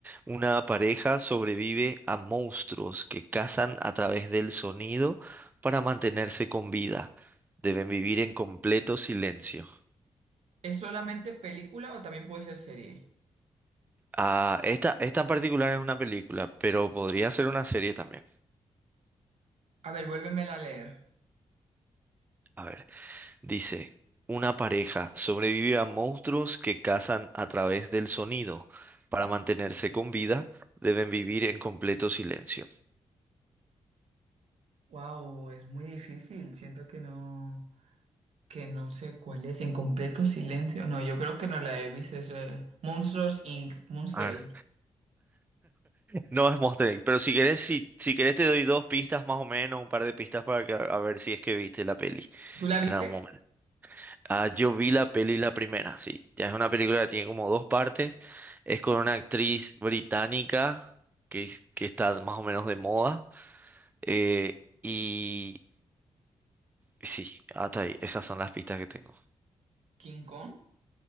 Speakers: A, on the right; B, on the right.
A: Una pareja sobrevive a monstruos que cazan a través del sonido para mantenerse con vida. Deben vivir en completo silencio.
B: ¿Es solamente película o también puede ser serie?
A: Ah, esta, esta en particular es una película, pero podría ser una serie también.
B: A ver, vuélvemela a leer.
A: A ver. Dice, una pareja sobrevive a monstruos que cazan a través del sonido. Para mantenerse con vida, deben vivir en completo silencio.
B: Wow, es muy difícil. Siento que no, que no sé cuál es. En completo silencio. No, yo creo que no la he visto. Es, eh, Monsters Inc. Monster
A: Ah,
B: Inc.
A: no es Monster Inc., pero si querés, si, si querés te doy dos pistas más o menos, un par de pistas para que, a ver si es que viste la peli
B: ¿Tú la viste?
A: en algún momento. Ah, yo vi la peli la primera, sí. Ya es una película que tiene como dos partes. Es con una actriz británica que, que está más o menos de moda. eh, y Sí, hasta ahí. Esas son las pistas que tengo.
B: ¿King Kong?